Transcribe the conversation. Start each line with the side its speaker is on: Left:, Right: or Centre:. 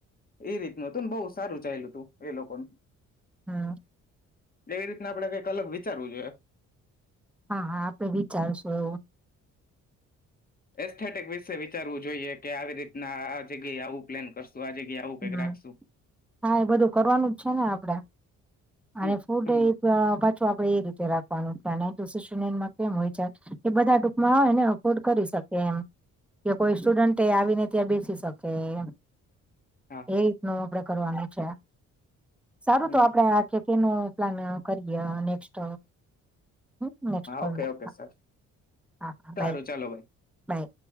Left: એ રીતનું હતું. ને બહુ સારું ચાયલું તું એ લોકોનું
Centre: હમ
Left: એવી રીતના આપણે કંઈક અલગ વિચારવું જોઈએ.
Centre: હા હા આપણે વિચારશું એવું
Left: એસ્થેટિક વિશે વિચારવું જોઈએ. કે આવી રીતના આ જગ એ આવું પ્લાન કરશું. આ જગ્યાએ આવું
Centre: હમ
Left: કઈક રાખશું
Centre: હા એ બધું કરવાનું જ છે ને આપણે અને
Left: હમ
Centre: ફૂડ
Left: હમ
Centre: એ પાછું આપડે એ રીતે રાખવાનું છે અને એતો <inaudible> કેમ હોય છે કે બધા ટૂંકમાં આવે ને અકવર્ડ કરી શકે એમ કે કોઈ સ્ટુડન્ટ એ આવીને ત્યાં બેસી શકે એમ
Left: હા
Centre: એ રીતનું આપડે કરવાનું છે. સારું
Left: હમ
Centre: તો આપડે આ અ પ્લાન કરીએ અ નેક્સ્ટ હહ હહ કોલમાં
Left: ઓકે ઓકે
Centre: હા
Left: સર
Centre: હા હા
Left: સારું
Centre: બાય
Left: ચાલો ભાઈ
Centre: બાય